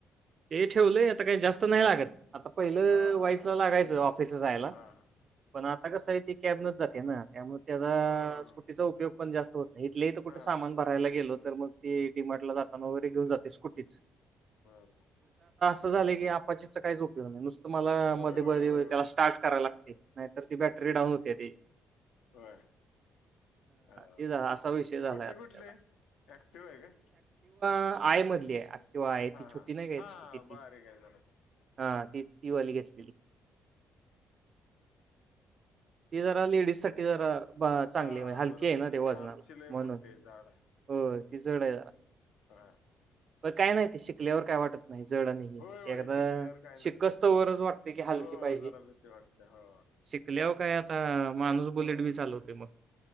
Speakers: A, on the right; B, on the left.
A: ते ठेवलंय आता काही जास्त नाही लागत. आता पहिलं
B: हा
A: वाईफला लागायचं.
B: कमी
A: ऑफिस
B: वापराला
A: जायला.
B: हा
A: पण आता कसं आहे.. ती कॅबने जाते ना... त्यामुळे त्याचा
B: हा
A: स्कूटीचा उपयोग पण जास्त होत नाही. इथले इथं कुठे
B: हा
A: सामान भरायला गेलो तर मग ते डी मार्टला जाता वगैरे घेऊन जाते स्कुटीच.
B: बर बर
A: झालं की अप्पाचीचा काहीच उपयोग नाही. नुसत तुम्हाला
B: होय
A: मध्ये
B: होय
A: मध्ये
B: होय
A: त्याला स्टार्ट करायला लागते. नाहीतर ती बॅटरी डाऊन होते त्याची.
B: होय अ
A: ते झालं असा विषय झालाय
B: स्कुटी
A: आता
B: कुठली
A: त्याचा.
B: आहे? ऍक्टिवा आहे का?
A: आय मधली आहे. तेव्हा आहे
B: हा
A: ती छोटी
B: हा
A: नाही का
B: हा
A: स्कुटी ती
B: बारीक आहे जरा
A: हा ती ती वाली घेतलेली. ती जरा लेडीज साठी जरा चांगली
B: हा हा
A: म्हणजे हलकी
B: बरोबर
A: आहे. ना ते वजनाला
B: हे आमची लय
A: म्हणून..
B: मोठी आहे झाड आहे हम्म
A: हो ती जड आहे जरा.
B: हा
A: पण काय नाही ते शिकल्यावर काय वाटत नाही जड नाही हे
B: होय होय
A: एकदा
B: शिकल्यावर काय
A: शिकोस्तवरच
B: नसते ते काय
A: वाटते की हलकी
B: हो
A: पाहिजे.
B: जरा भीती वाटते हो
A: शिकल्यावर काय आता माणूस बुलेट
B: हो
A: बी चालवते मग.